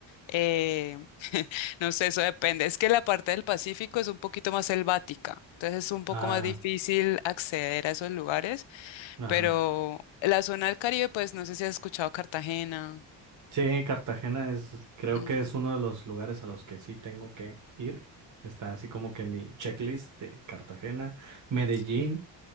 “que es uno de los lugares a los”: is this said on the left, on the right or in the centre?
Right